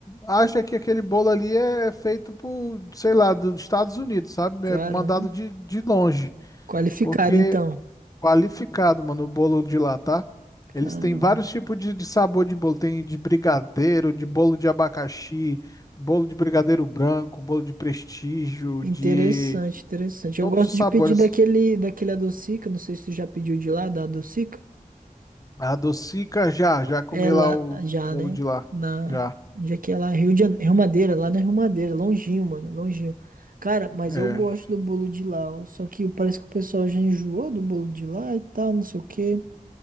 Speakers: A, on the left; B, on the right.
A: acha que aquele bolo ali é feito por, sei lá, dos Estados Unidos, sabe?
B: caramba.
A: É mandado de, de longe.
B: Qualificado
A: Porque
B: então.
A: qualificado, mano, o bolo de lá, tá? Eles
B: Caramba.
A: têm vários tipos de, de sabor de bolo. Tem de brigadeiro, de bolo de abacaxi, bolo de brigadeiro branco, bolo de prestígio,
B: Interessante,
A: de
B: interessante.
A: todos
B: Eu gosto
A: os sabores.
B: de pedir daquele, daquele adocica. Não sei se tu já pediu de lá, da adocica.
A: A docica já, já comi
B: É lá
A: lá o
B: já,
A: bolo
B: né?
A: de lá.
B: Na.
A: Já.
B: Onde é que é lá? Rio de Janeiro, Rio Madeira, lá na Rio Madeira, longinho, mano, longinho. Cara, mas
A: É.
B: eu gosto do bolo de lá, ó, só que parece que o pessoal já enjoou do bolo de lá e tal, não sei o quê.